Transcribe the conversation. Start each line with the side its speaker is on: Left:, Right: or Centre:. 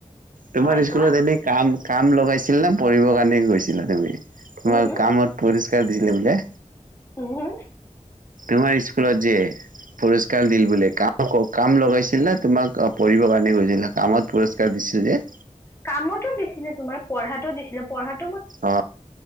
Right: তোমাৰ
Left: হয়
Right: স্কুলত
Left: কোৱা
Right: এনেই কাম কাম লগাইছিল না পঢ়িবৰ কাৰণে গৈছিলা তুমি তোমাৰ
Left: হম,
Right: কামত পুৰিষ্কাৰ দিলে যে
Left: হো হো
Right: তোমাৰ স্কুলত যে পুৰস্কাৰ দিল বুলে। কাম ক কাম লগাইছিল না তোমাক পঢ়িব কাৰণে গৈছিলা? কামত পুৰস্কাৰ দিছিল ছিল যে
Left: কামতো দিছিলে তোমাৰ পঢ়াতো দিছিলে পঢ়াত
Right: অ